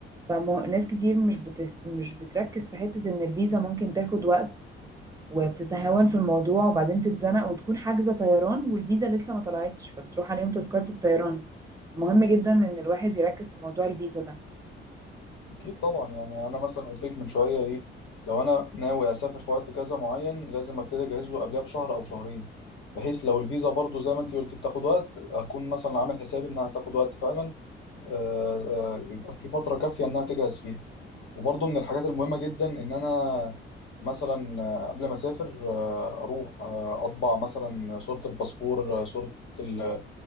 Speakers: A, on the right; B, on the left.
A: فناس كتير مش بت... مش بتركز في حتة ان الفيزا ممكن تاخد وقت وبتتهاون في الموضوع وبعدين تتزنق وتكون حاجزة طيران والفيزا لسه ما طلعتش فبتروح عليهم تذكرة الطيران مهم جدا ان الواحد يركز في موضوع الفيزا ده
B: اكيد طبعا يعني انا مثلا قلت لك من شويه ايه لو انا ناوي اسافر في وقت كذا معين لازم ابتدي اجهز له قبلها بشهر او شهرين بحيث لو الفيزا برضو زي ما انت قلت بتاخد وقت اكون مثلا عامل حسابي انها تاخد وقت فعلا آه، آه، يبقى في فتره كافيه انها تجهز فيها وبرضو من الحاجات المهمه جدا ان انا مثلا آه، قبل ما اسافر آه، اروح آه، اطبع مثلا صوره الباسبور آه، صوره ال-